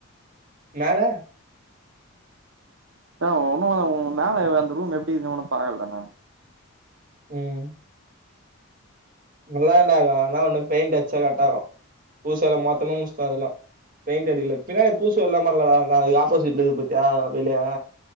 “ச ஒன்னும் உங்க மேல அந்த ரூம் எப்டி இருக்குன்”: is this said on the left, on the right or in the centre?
Right